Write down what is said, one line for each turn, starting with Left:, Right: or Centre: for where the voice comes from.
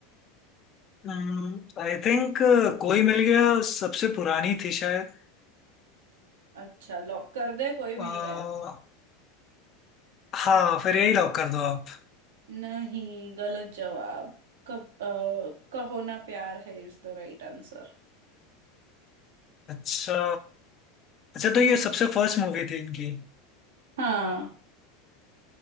Left: आई थिंक कोई मिल गया सबसे पुरानी थी शायद
Right: अच्छा लॉक कर दे कोई
Left: आ,
Right: मिल गया
Left: हाँ फिर यही लॉक कर दो आप
Right: नहीं गलत जवाब कब अ, कहो Naa Pyaar Hai is the right answer
Left: अच्छा अच्छा तो ये सबसे फर्स्ट मूवी थी इनकी
Right: हाँ